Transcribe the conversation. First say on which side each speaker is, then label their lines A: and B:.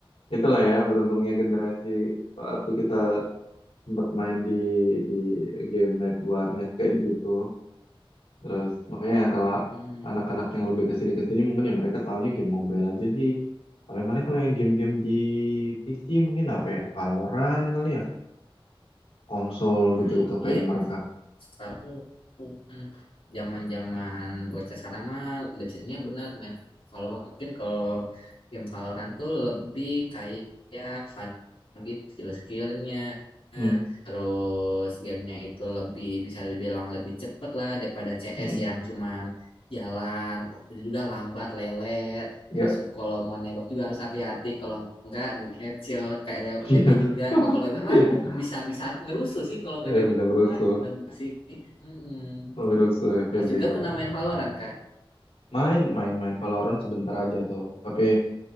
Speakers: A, on the left; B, on the left.
A: Itulah ya beruntungnya generasi waktu kita sempat main di di game net warnet kayak gitu. Terus makanya kalau
B: Mm-mm.
A: anak-anak yang lebih ke sini ke sini mungkin ya mereka tahunya game mobile aja sih. Paling-paling kalau yang game-game di PC mungkin apa ya? Valorant kali ya, konsol
B: Nah,
A: gitu tuh kayak
B: iya anak
A: mereka.
B: sekarang Hmm, Zaman-zaman bocah sekarang mah lebih seringnya bener main Valorant. Mungkin kalau game Valorant tuh lebih kayak fun gitu skill-skillnya.
A: Hmm.
B: Terus gamenya itu lebih bisa dibilang lebih cepet lah daripada CS
A: Hmm.
B: yang cuman jalan itu juga lambat lelet
A: Ya,
B: terus kalau mau nembak juga harus hati-hati kalau enggak headshot kayak
A: <laughs> iya.
B: PB juga oh kalau PB
A: Iya,
B: mah bisa bisa ngerusuh sih kalau PB
A: ya, bisa berusuh,
B: mah lebih sih Mm-mm.
A: berusuh FVB
B: Mas juga
A: itu.
B: pernah main Valorant kah?
A: Main, main, main Valorant sebentar aja tuh. Tapi